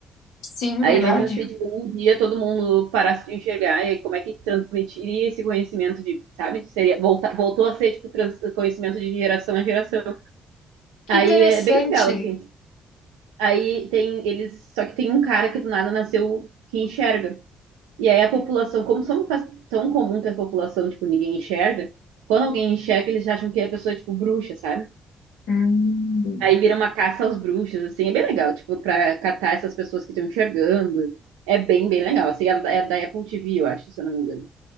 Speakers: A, on the left; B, on the right.
A: Sim,
B: Aí
A: verdade.
B: imagina se, tipo, um dia todo mundo parasse de enxergar, e aí como é que transmitiria esse conhecimento de, sabe? Seria, volta, voltou a ser, tipo, trans, conhecimento de geração a geração. Aí
A: Que interessante.
B: é bem legal, assim, Aí tem eles, só que tem um cara que do nada nasceu que enxerga. E aí a população, como são faz- tão comum que a população, tipo, ninguém enxerga, quando alguém enxerga, eles acham que é a pessoa é tipo bruxa, sabe?
A: Hum.
B: Aí vira uma caça aos bruxos, assim, é bem legal, tipo, pra catar essas pessoas que estão enxergando. É bem, bem legal. Assim, é da é da Apple TV, eu acho, se eu não me engano.